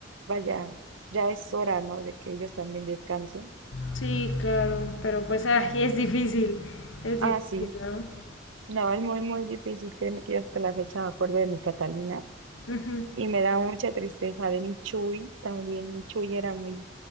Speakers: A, on the right (about 85°); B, on the left (about 80°).
A: vaya, ya es hora, ¿no? De que ellos también descansen.
B: Sí, claro, pero pues <laughs> ay, es difícil, es
A: Ah,
B: difícil,
A: sí.
B: ¿no?
A: No, es muy, muy difícil. Créeme que yo hasta la fecha me acuerdo de mi Catalina.
B: Ujú,
A: Y me da mucha tristeza de mi Chuy también. Mi Chuy era muy,